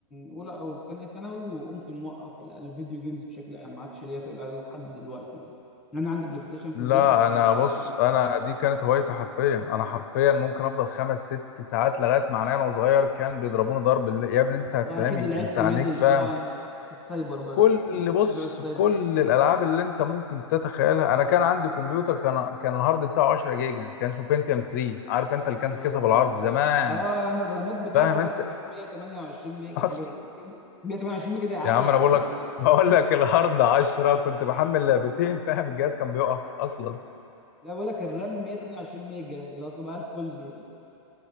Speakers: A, in the centre; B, on the left.
A: اولى او تانية ثانوي وقمت موقف ال- الفيديو جيمز بشكل عام ما عادش ليا تقول عليها لحد دلوقتي يعني انا عندي بلاي ستيشن في
B: لا
A: البيت بس
B: انا
A: ما
B: بص انا دي كانت هوايتي حرفيا انا حرفيا ممكن افضل خمس ست ساعات لغايه معناه انا وصغير كان بيضربوني ضرب اللي- يا ابني انت هتتعمي
A: واكيد لعبت
B: انت عينيك
A: ميدل
B: فاهم
A: طبعا في السايبر بقى
B: كل
A: لما كنت
B: بص
A: بروح السايبر
B: كل الالعاب اللي انت ممكن تتخيلها انا كان عندي كمبيوتر كان كان الهارد بتاعه 10 جيجا كان اسمه بنتيوم 3 عارف انت اللي
A: ما
B: كانت
A: شاء
B: الكيسه
A: الله
B: بالعرض زمان
A: اه انا الرامات بتاعتي
B: فاهم
A: برضو
B: انت
A: كانت 128 ميجا
B: <laughs>
A: حاجه
B: اصل
A: زي كده 128 ميجا دي عاليه
B: يا عم
A: على
B: انا بقول
A: فكره
B: لك بقول لك الهارد 10 كنت بحمل لعبتين فاهم الجهاز كان بيقف اصلا
A: لا بقول لك الرام 128 ميجا اللي هو صباح الفل يعني.